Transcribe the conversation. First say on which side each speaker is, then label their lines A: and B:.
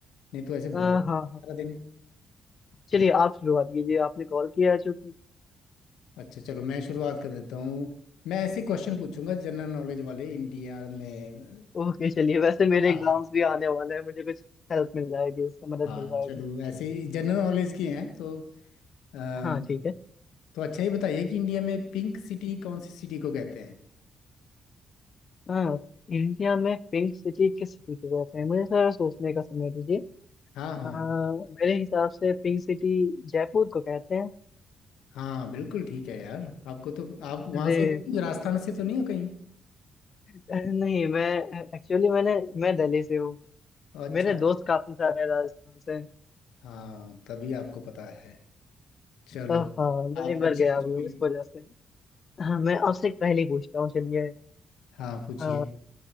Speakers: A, on the left (about 80°); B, on the left (about 50°).
A: नहीं तो ऐसे बोर
B: अ, हाँ
A: सारा
B: हाँ
A: दिन
B: चलिए आप शुरुआत कीजिए आपने कॉल किया है चूंकि
A: अच्छा चलो मैं शुरुआत कर देता हूँ मैं ऐसे क्वेश्चन पूछूंगा जनरल नॉलेज वाले इंडिया में मतलब
B: ओके चलिए वैसे मेरे
A: हाँ,
B: एग्जाम्स भी आने वाले हैं मुझे कुछ हेल्प मिल जाएगी उससे मदद
A: हाँ
B: मिल जाएगी
A: चलो ऐसे ही जनरल नॉलेज की हैं तो अम,
B: हाँ ठीक है
A: तो अच्छा ही बताइए कि इंडिया में पिंक सिटी कौन सी सिटी को कहते हैं
B: हाँ इंडिया में पिंक सिटी किस सिटी को कहते हैं मुझे थोड़ा सोचने का समय दीजिए
A: हाँ हाँ
B: अ, मेरे हिसाब से पिंक सिटी जयपुर को कहते हैं
A: हाँ बिल्कुल ठीक है यार आपको तो आप वहाँ
B: अरे
A: से राजस्थान से तो नहीं हो कहीं
B: अरे नहीं मैं एक्चुअली मैंने मैं दिल्ली से हूँ
A: अच्छा
B: मेरे दोस्त काफी सारे हैं राजस्थान से
A: हाँ तभी आपको पता है चलो
B: अ, हाँ मैं
A: आप
B: एक बार
A: पूछिए
B: गया
A: कुछ
B: भी हूँ
A: भी
B: इस वजह से हाँ, मैं आपसे एक पहेली पूछता हूँ चलिए
A: हाँ पूछिए
B: अ,